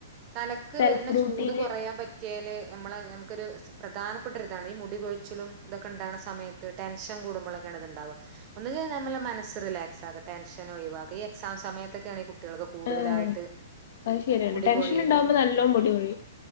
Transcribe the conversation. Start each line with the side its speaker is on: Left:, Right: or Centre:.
Right: തലക്ക്
Left: സെൽഫ്
Right: വരുന്ന
Left: റൂട്ടീന്
Right: ചൂട് കുറയാൻ പറ്റിയാല് നമ്മളെ നമുക്കൊരു പ്രധാനപ്പെട്ട ഒരുരിതാണ് ഈ മുടികഴിച്ചിലും ഇതൊക്കെ ഉണ്ടാണ സമയത്ത് ടെൻഷൻ കൂടുമ്പോഴൊക്കെയാണ് ഇത് ഉണ്ടാവുക. ഒന്നുക നമ്മുടെ മനസ് റിലാക്സ് ആകട്ടെ ടെൻഷൻ ഒഴിവാക്കും ഈ എക്സാം സമയത്തൊക്കെയ ആണ് കുട്ട കുട്ടികൾക്ക കൂടുതലായിട്ട്
Left: ആഹ് അത് ശരിയാണ്
Right: മുടികൊഴീന്
Left: ടെൻഷൻ ഉണ്ടാവുമ്പോ നല്ലോം മുടി കൊഴിയും